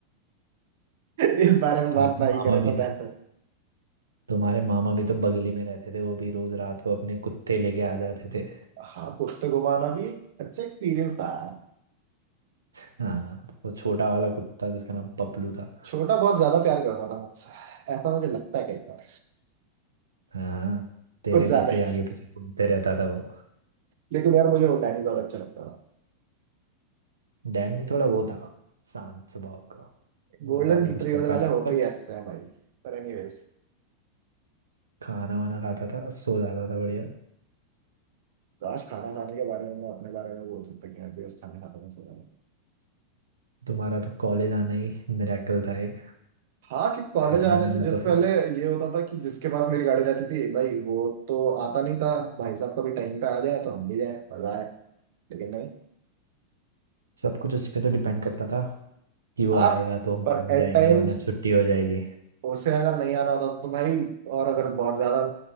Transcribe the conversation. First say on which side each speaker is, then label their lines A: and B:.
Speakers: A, on the right; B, on the right.
A: <laughs> इस बारे में बात
B: तुम्हारे
A: नहीं
B: मामा
A: करें तो
B: भी
A: बेहतर
B: तुम्हारे मामा भी तो बगली में रहते थे वो भी रोज रात को अपने कुत्ते लेके आ जाते थे
A: हाँ कुत्ते घुमाना भी एक अच्छा एक्सपीरियंस था यार
B: हाँ वो छोटा वाला कुत्ता जिसका नाम पपलू था
A: छोटा बहुत ज्यादा प्यार करता था मुझसे ऐसा मुझे लगता है कई बार
B: हाँ तेरे
A: कुछ ज्यादा
B: पीछे
A: ही
B: ही आगे पीछे घूमते रहता था वो
A: लेकिन यार मुझे वो डैनी बहुत अच्छा लगता था
B: डैनी थोड़ा वो था शांत स्वभाव का वो
A: गोल्डन
B: ज्यादा
A: रिट्रीवर
B: कुछ करता
A: वाले
B: नहीं था
A: होते
B: बस
A: ही ऐसे हैं भाई पर एनीवेज
B: खाना वाना खाता था सो जाता था बढ़िया
A: आज खाना खाने के बारे में मैं अपने बारे में बोल सकता कि मैं भी उस खाना खाता हूँ सुना है।
B: तुम्हारा तो कॉलेज आना ही मिरेकल था एक
A: हाँ कि कॉलेज
B: खाना
A: आने
B: खाना
A: से जिस
B: तो फिर
A: पहले ये होता था कि जिसके पास मेरी गाड़ी रहती थी भाई वो तो आता नहीं था भाई साहब कभी टाइम पे आ जाए तो हम भी जाए मजा आए लेकिन नहीं
B: सब कुछ उस पे तो डिपेंड करता था कि वो आएगा
A: आप
B: तो हम
A: पर
B: कॉलेज
A: एट
B: जाएंगे
A: टाइम्स
B: वरना छुट्टी हो जाएगी
A: उससे अगर नहीं आना होता तो भाई और अगर बहुत ज्यादा